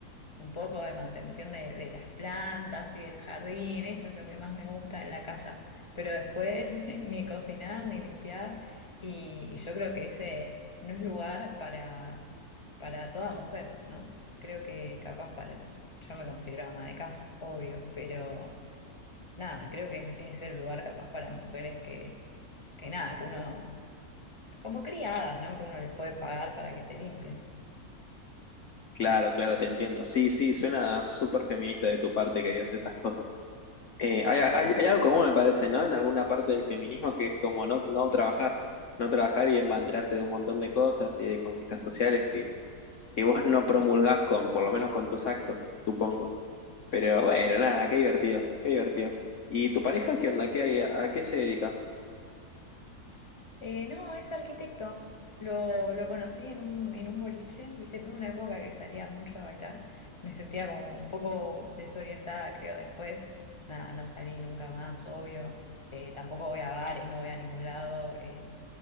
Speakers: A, on the left; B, on the left.
A: un poco de mantención de, de las plantas y del jardín, eso es lo que más me gusta en la casa, pero después <laughs> ni cocinar ni limpiar y, y yo creo que ese no es lugar para, para toda mujer, ¿no? Creo que capaz para, yo me considero ama de casa, obvio, pero nada, creo que es, es el lugar capaz para mujeres que, que nada, que uno, como criadas, ¿no? Que uno les puede pagar para que te limpien.
B: Claro, claro, te entiendo. Sí, sí, suena súper feminista de tu parte que digas estas cosas. Eh, hay, hay- hay algo común, me parece, ¿no? En alguna parte del feminismo que es como no, no trabajar, no trabajar y embanderarte de un montón de cosas y de conquistas sociales que, que vos no promulgás con, por lo menos con tus actos, supongo. Pero bueno, nada, qué divertido, qué divertido. ¿Y tu pareja qué onda? ¿Qué hay, a qué se dedica?
A: Eh, no, es arquitecto. Lo, lo conocí en un, en un boliche, viste, tuve una época que salía mucho a bailar. Me sentía como un poco desorientada, creo, después. Nada, no salí nunca más, obvio. Eh, tampoco voy a bares, no voy a ningún lado. Eh,